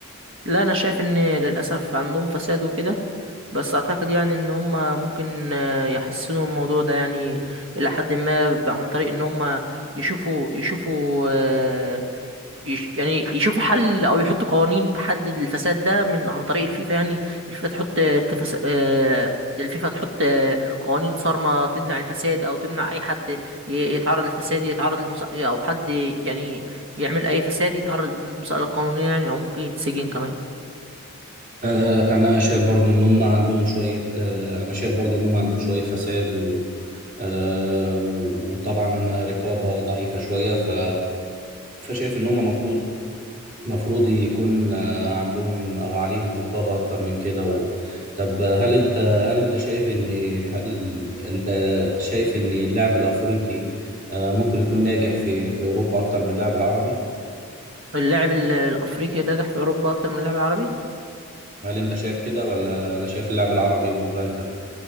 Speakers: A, on the right (about 55°); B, on the right (about 35°).
A: لا انا شايف ان للاسف عندهم فساد وكده بس اعتقد يعني ان هم ممكن آه، يحسنوا الموضوع ده يعني الى حد ما ب- عن طريق ان هم يشوفوا يشوفوا آه، يش يعني يشوفوا حل او يحطوا قوانين تحدد الفساد ده من عن طريق الفيفا يعني الفيفا تحط آه، تفس... آه، الفيفا تحط آه، قوانين صارمة تمنع الفساد او تمنع اي حد ي- يتعرض للفساد يتعرض للمس... او حد يعني يعمل اي فساد يتعرض للمسألة القانونية يعني او ممكن يتسجن كمان
B: آه، انا شايف برضو ان هم عندهم شوية آه، انا شايف برضو ان هم عندهم شوية فساد و آه، وطبعا رقابة ضعيفة شوية ف فشايف ان هم المفروض المفروض يكون آه، عندهم او عليهم رقابه اكتر من كده و... طب هل انت هل انت شايف ان هل انت شايف ان اللاعب الافريقي آه، ممكن يكون ناجح في في اوروبا اكتر من اللاعب العربي
A: اللاعب ال- الافريقي نجح في اوروبا اكتر من اللاعب العربي
B: هل انت شايف كده ولا ولا شايف اللاعب العربي بيبقى انجح